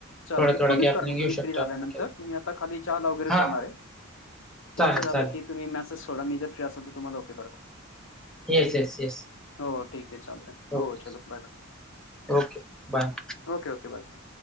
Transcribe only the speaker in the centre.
थोडा,
थोडा
गॅपने
घेऊ
शकतो
आपण एक-एक.
हां,
चालेल,
चालेल.
Yes, yes, yes.
ओके,
Okay bye.